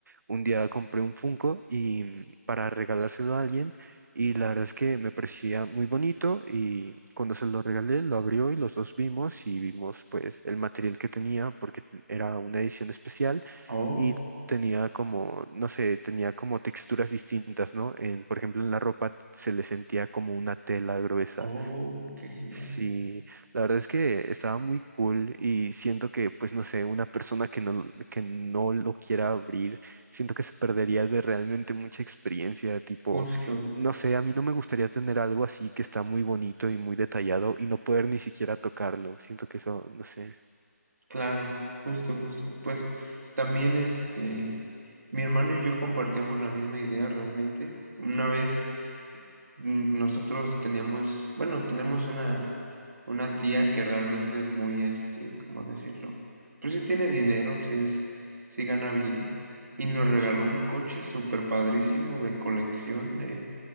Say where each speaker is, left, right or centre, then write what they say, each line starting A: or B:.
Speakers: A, on the right; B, on the right.
A: un día compré un Funko y mm, para regalárselo a alguien y la verdad es que me parecía muy bonito y cuando se lo regalé lo abrió y los dos vimos y vimos pues el material que tenía porque era una edición especial
B: oh,
A: y tenía como, no sé, tenía como texturas distintas, ¿no? En, por ejemplo, en la ropa se le sentía como una tela gruesa
B: oh, qué genial.
A: Sí, la verdad es que estaba muy cool y siento que, pues no sé, una persona que no, que no lo quiera abrir, siento que se perdería de realmente mucha experiencia, tipo,
B: Justo,
A: no sé, a mí no me gustaría tener algo así que está muy bonito y muy detallado y no poder ni siquiera tocarlo, siento que eso, no sé.
B: claro, justo, justo. Pues también este, mi hermano y yo compartíamos la misma idea realmente. Una vez Mm, Nosotros teníamos, bueno, tenemos una, una tía que realmente es muy, este, ¿cómo decirlo? Pues sí tiene dinero, sí es, sí gana bien. Y nos
A: Ujú,
B: regaló un coche súper padrísimo de colección de